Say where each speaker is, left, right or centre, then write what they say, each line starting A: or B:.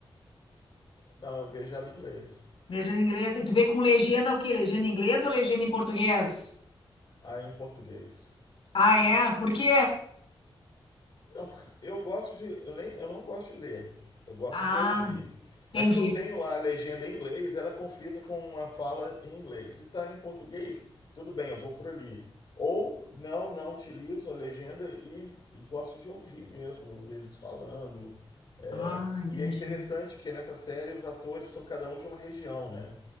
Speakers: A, on the left; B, on the left.
A: Não, eu vejo ela em inglês,
B: Legenda em inglês. E tu vê com legenda o quê? Legenda em inglês ou legenda em português?
A: aí em português.
B: Ah, é? Por quê?
A: Não, porque eu gosto de. Eu, nem, eu não gosto de ler. Eu gosto
B: Ah,
A: de ouvir. Mas
B: entendi.
A: se eu tenho lá a legenda em inglês, ela é conflita com uma fala em inglês. Se está em português, tudo bem, eu vou por ali. Ou não, não utilizo a legenda e, e gosto de ouvir mesmo eles falando. É,
B: Ah, entendi.
A: e é interessante porque nessa série os atores são cada um de uma região, né?